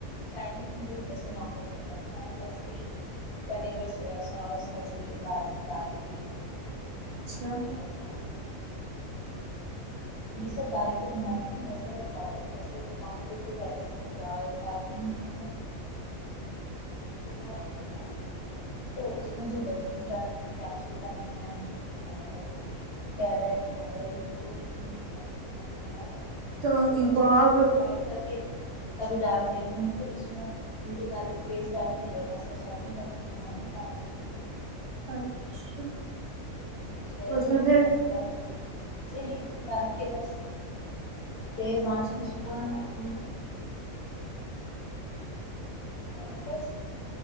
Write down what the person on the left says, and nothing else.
چائنیز نوڈلس جیسے نان ویج سے بنتا ہے ویسے ہی ونییگر سویا سوس اچورے گارلک ڈال کے تھوڑا
سا یہ سب ڈال کے بناتی ہوں ویسے اگر پراپر پروسیس بکاؤں گی تو پہلے تو میں پیاز دالینس جات تو اس میں جو ویجینس ڈال ہیں کیپسیکم ہے اور کیرٹ ہے جو بھی <inaudible> سویا
چونکہ
بھی میں بیل کر کے کبھی ڈال دیتے ہیں پھر اس میں جنجر گرلک پیسٹ ڈال کے ہلکا سا سوٹی کر کے ٹماٹر ڈال دیتے ہیں
سویا
ساس
ونیگر چلی ڈال کے بس تیز آنچ میں سکھوا نا فل اور بس